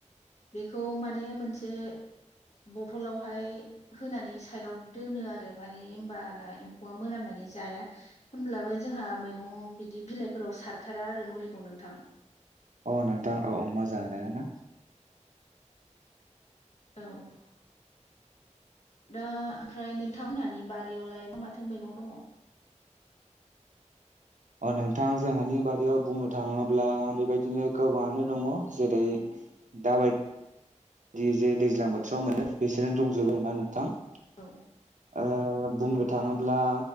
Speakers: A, on the left; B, on the right.
A: बेखौ माने मोनसे बथलावहाय होनानै साइदाव दोनो आरो माने होमबाना एम्फौवा मोनामना नै जाया होमब्लाबो जोंहा मैगङाव बिदि बिलाइफोराव सारथारा आरो मुलि औ नोंथां।
B: औ नोंथां औ औ मोजाङानो ना
A: औ । दा ओमफ्राय नोंथांमोनहानि बारियावलाय मा माथो मैगं दङ?
B: अ नोंथां जोंहानि बारयाव बुंनो थाङोब्ला बेबायदिनो गोबाङानो दङ जेरै दाबाय दि जे दैज्लां बोथोराव मोनो बिसोरनो दंजोबो आरो ना नोंथां ।
A: औ
B: ओ बुंनो
A: औ नोंथां
B: थाङोब्ला